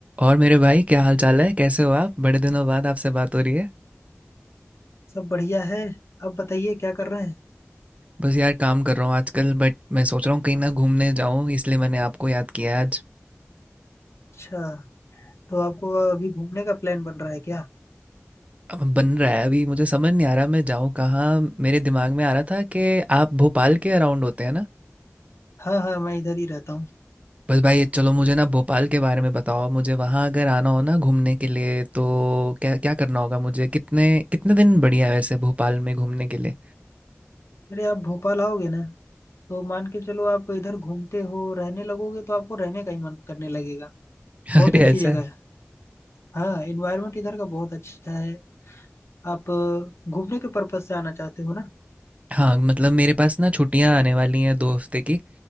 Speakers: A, on the right; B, on the left.
A: और मेरे भाई क्या हाल चाल है कैसे हो आप बड़े दिनों बाद आपसे बात हो रही है
B: सब बढ़िया है आप बताइए क्या कर रहे हैं
A: बस यार काम कर रहा हूँ आजकल बट मैं सोच रहा हूँ कहीं ना घूमने जाऊँ इसलिए मैंने आपको याद किया आज
B: अच्छा तो आपको अभी घूमने का प्लान बन रहा है क्या
A: अब बन रहा है अभी मुझे समझ नहीं आ रहा मैं जाऊँ कहाँ मेरे दिमाग में आ रहा था कि आप भोपाल के अराउंड होते हैं ना
B: हाँ हाँ मैं इधर ही रहता हूँ
A: बस भाई चलो मुझे ना भोपाल के बारे में बताओ मुझे वहाँ अगर आना हो ना घूमने के लिए तो क्या क्या करना होगा मुझे कितने कितने दिन बढ़िया है वैसे भोपाल में घूमने के लिए
B: अरे आप भोपाल आओगे ना तो मान के चलो आप इधर घूमते हो रहने लगोगे तो आपको रहने का ही मन करने लगेगा
A: <laughs>
B: बहुत
A: अरे
B: अच्छी
A: ऐसा
B: जगह
A: है
B: है हाँ एनवायरनमेंट इधर का बहुत अच्छा है आप अ, घूमने के पर्पज से आना चाहते हो ना
A: हाँ मतलब मेरे पास ना छुट्टियाँ आने वाली हैं दो हफ्ते की